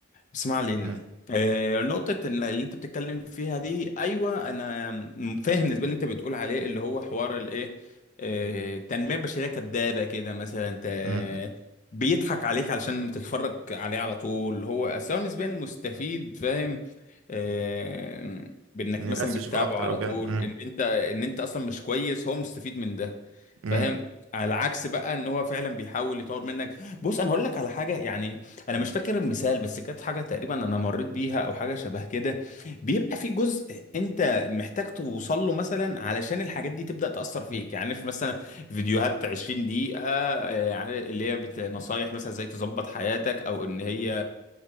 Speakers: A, on the left; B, on the right.
A: اسمع لي
B: مم.
A: إن- آه، نقطة إن- اللي انت بتتكلم فيها دي ايوه انا م- فاهم بالنسبة اللي انت بتقول عليه اللي هو حوار الايه آه، التنمية البشرية كدابة كده مثلا انت
B: مم. مم.
A: بيضحك عليك علشان تتفرج عليه على طول هو سواء نسبيا مستفيد فاهم آه، بانك
B: ان الناس
A: مثلا
B: تشوف
A: بتتابعه
B: اكتر
A: على
B: او كده
A: طول
B: مم.
A: ان انت ان انت اصلا مش كويس هو مستفيد من ده
B: مم.
A: فاهم على عكس بقى ان هو فعلا بيحاول يطور منك بص انا هقول لك على حاجة يعني انا مش فاكر المثال بس كانت حاجه تقريبا انا مريت بيها او حاجه شبه كده بيبقى في جزء انت محتاج توصل له مثلا علشان الحاجات دي تبدا تاثر فيك يعني في مثلا فيديوهات 20 دقيقه آه، يعني اللي هي بت- نصايح مثلا ازاي تظبط حياتك او ان هي